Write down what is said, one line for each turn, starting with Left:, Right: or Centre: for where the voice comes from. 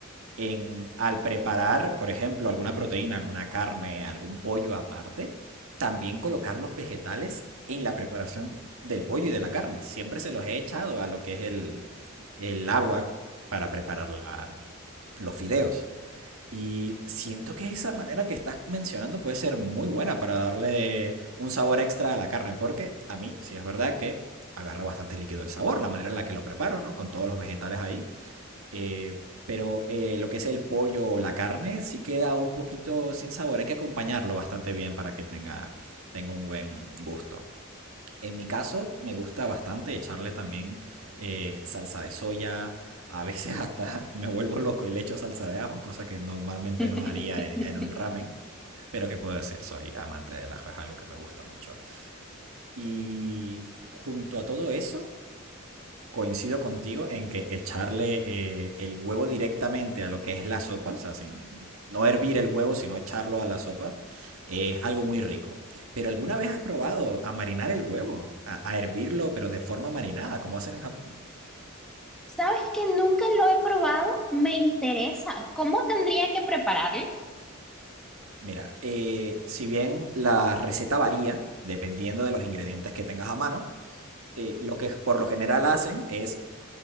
Right: en, al preparar, por ejemplo, alguna proteína, alguna carne, algún pollo aparte, también colocar los vegetales en la preparación del pollo y de la carne. Siempre se los he echado a lo que es el, el agua para preparar la, los fideos. Y siento que esa manera que estás mencionando puede ser muy buena para darle un sabor extra a la carne, porque a mí sí es verdad que agarra bastante líquido el sabor, la manera en la que lo preparo, ¿no? Con todos los vegetales ahí. Eh, pero eh, lo que es el pollo o la carne sí queda un poquito sin sabor. Hay que acompañarlo bastante bien para que tenga, tenga un buen gusto. En mi caso, me gusta bastante echarle también eh, salsa de soya. A veces <laughs> hasta me vuelvo loco y le echo salsa de ajo, cosa que normalmente
Centre: <laughs>
Right: no haría en, en un ramen. Pero qué puedo decir, soy amante del ajo, es algo que me gusta mucho. Y junto a todo eso, coincido contigo en que echarle eh, el huevo directamente a lo que es la sopa, o sea, sin, no hervir el huevo, sino echarlo a la sopa, eh, es algo muy rico. Pero ¿alguna vez has probado a marinar el huevo? A, a hervirlo, pero de forma marinada, como hacen en Japón.
Centre: ¿Sabes que nunca lo he probado? Me interesa. ¿Cómo tendría que prepararlo?
Right: Mira, eh, si bien la receta varía, dependiendo de los ingredientes que tengas a mano, eh, lo que por lo general hacen es